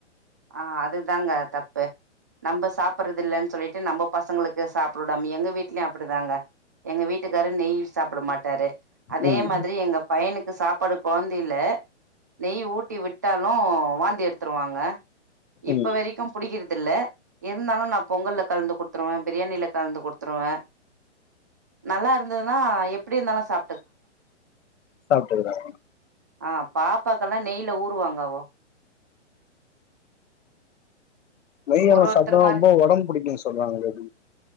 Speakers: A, on the right (about 15°); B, on the left (about 80°).
A: ஆஹ் அதுதாங்க தப்பு நம்ம சாப்பிடடுறது இல்லன்னு சொல்லிட்டு நம்ம பசங்களுக்கு சாப்பிடடாம எங்க வீட்லயும் அப்படிதாங்க எங்க வீட்டுக்கார நெய் சாப்பிட மாட்டாரு அதே
B: ம்
A: மாதிரி எங்க பையனுக்கு சாப்பாடு குழந்தைல நெய் ஊட்டி விட்டாலு வாந்தி எடுத்துருவாங்க இப்ப
B: ம்
A: வரைக்கு பிடிக்கிறது இ இருந்தாலு நா பொங்கல கலந்து கொடுத்துருவே பிரியாணில கலந்து கொடுத்துருவேன் நல்லா இருந்ததுதா எ எப்ப இருதலு சா
B: சாப்பிடுக்கறா
A: ஆ பாப்பாக்கெல்லா நெய்ல ஊருவாங்காவ
B: நெய் நம்ம
A: ஒரு ஒருத்தர்
B: சாம்
A: மாரி
B: ரொம்ப உடம்பு புடிக்கு சொல்றாங்களேட